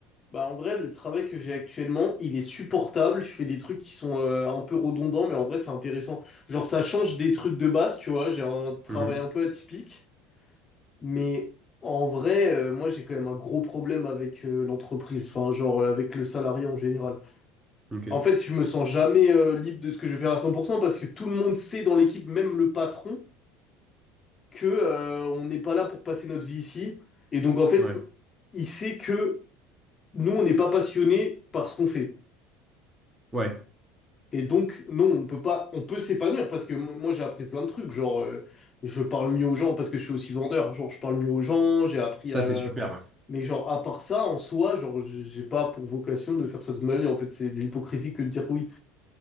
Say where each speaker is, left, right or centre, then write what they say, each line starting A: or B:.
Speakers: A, on the left; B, on the right.
A: Bah en vrai, le travail que j'ai actuellement, il est supportable. Je fais des trucs qui sont euh, un peu redondants, mais en vrai, c'est intéressant. Genre, ça change des trucs de base, tu vois. J'ai un travail
B: Mhm,
A: un peu atypique. Mais en vrai, euh, moi, j'ai quand même un gros problème avec euh, l'entreprise. Enfin, genre, euh, avec le salarié en général.
B: Ok.
A: En fait, je me sens jamais euh, libre de ce que je vais faire à 100% parce que tout le monde sait dans l'équipe, même le patron, que euh, on n'est pas là pour passer notre vie ici. Et donc, en fait,
B: Ouais.
A: il sait que nous, on n'est pas passionnés par ce qu'on fait.
B: Ouais,
A: Et donc, non, on peut pas, on peut s'épanouir parce que m- moi, j'ai appris plein de trucs. Genre, euh, je parle mieux aux gens parce que je suis aussi vendeur. Genre, je parle mieux aux gens, j'ai appris
B: ça
A: à.
B: c'est super. Ouais.
A: Mais genre, à part ça, en soi, genre, j'ai j'ai pas pour vocation de faire ça de ma vie. En fait, c'est de l'hypocrisie que de dire oui.